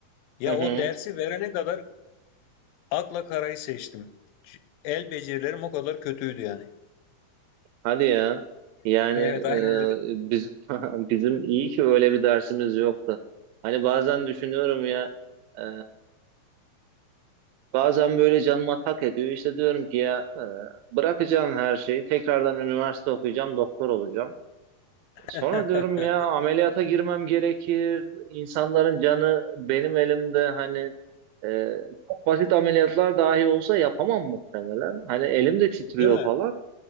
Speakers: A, on the left; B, on the right.
A: Ya
B: Hı hı.
A: o dersi verene kadar akla karayı seçtim. El becerilerim o kadar kötüydü yani.
B: Hadi ya. Yani
A: <laughs> Evet
B: e,
A: aynen öyle.
B: biz <laughs> bizim iyi ki öyle bir dersimiz yoktu. Hani bazen düşünüyorum ya e, bazen böyle canıma tak ediyor. İşte diyorum ki ya e, bırakacağım her şeyi. Tekrardan üniversite okuyacağım, doktor olacağım.
A: <laughs>
B: Sonra diyorum ya ameliyata girmem gerekir. İnsanların canı benim elimde hani e, çok basit ameliyatlar dahi olsa yapamam muhtemelen. Hani elim de titriyor
A: Değil mi?
B: falan.